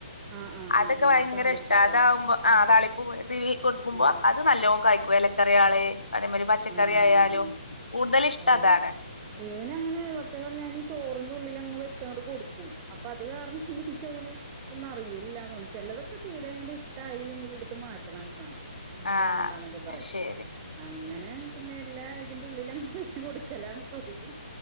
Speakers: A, on the right; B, on the left.
A: ആഹ് ആഹ്
B: അതൊക്കെ
A: ആഹ് ആഹ്
B: ഭയങ്കര
A: താളിപ്പ്
B: ഇഷ്ട
A: പോലെ
B: അതാവുമ്പോ അ താളി <unintelligible> കൊടുക്കുമ്പോ
A: ആഹ്
B: അത് നല്ലോ കയ്ക്കും എലക്കറിയാള് അതേമാതിരി പച്ചക്കറി
A: ആ
B: ആയാലും
A: ആആ
B: കൂടുതൽ ഇഷ്ടം
A: ഓ
B: അതാണ്
A: ഇവനങ്ങനെ സത്യം പറഞ്ഞാനീ ചോറ് ന്റുള്ളിലങ് വെച്ചങ് കൊടുക്കും അപ്പൊ അത് കാരണം ൻക്ക് തോന്ന്ണ് എന്നറിയലില്ല തോന്ന്ണ് തീരെങ്ങട്ട് ഇഷ്ടായില്ലെങ്കില് ട്ത്ത് മാറ്റണ ഉം പിന്നെ
B: ആ
A: വേണ്ടാന്നൊക്കെ പറയും
B: ശരി
A: അങ്ങനെ ൻ പിന്നെ എല്ലാ തിന്റെ ഉള്ളിലങ്ങ് വെച്ച് കൊടുക്കല പതിവ്